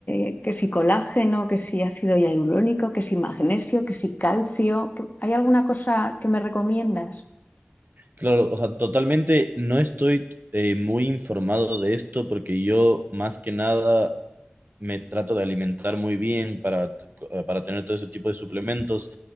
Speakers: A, on the left; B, on the right.
A: eh, que si colágeno, que si ácido hialurónico, que si magnesio, que si calcio. ¿Qué- ¿Hay alguna cosa que me recomiendas?
B: Claro, o sea, totalmente no estoy eh, muy informado de esto porque yo más que nada me trato de alimentar muy bien para, t- co- ah, para tener todo ese tipo de suplementos